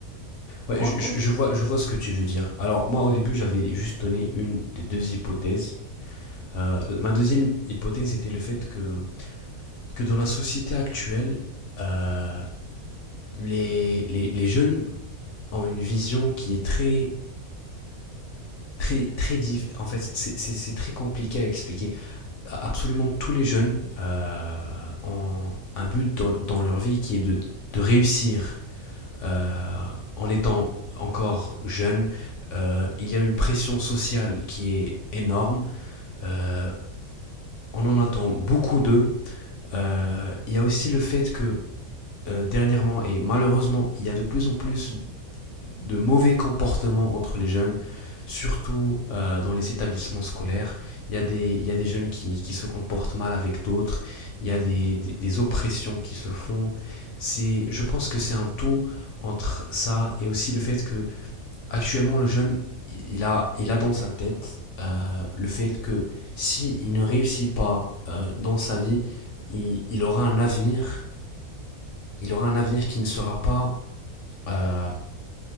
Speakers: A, on the left; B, on the right.
A: Ouais,
B: Moi,
A: je,
B: moi,
A: je-
B: je,
A: je vois, je vois ce que tu veux dire. Alors, moi, au début, j'avais juste donné une des deux hypothèses. Euh, ma deuxième hypothèse était le fait que, que dans la société actuelle, euh, les, les, les jeunes ont une vision qui est très, très, très dif- En fait, c'est c'est- c'est très compliqué à expliquer. Absolument tous les jeunes euh, ont un but dans, dans leur vie qui est de, de réussir. euh, en étant
B: Ouais.
A: encore jeune, euh, il y a une pression sociale qui est énorme. euh, on en attend beaucoup d'eux. Euh, Il y a aussi le fait que euh, dernièrement et malheureusement il y a de plus en plus de mauvais comportements entre les jeunes, surtout euh, dans les établissements scolaires. Il y a des, il y a des jeunes qui, qui se comportent mal avec d'autres, il y a des, des, des oppressions qui se font. C'est, je pense que c'est un tout entre ça et aussi le fait que Actuellement, le jeune, il a, il a dans sa tête euh, le fait que si il ne réussit pas euh, dans sa vie, il, il aura un avenir, il aura un avenir qui ne sera pas euh,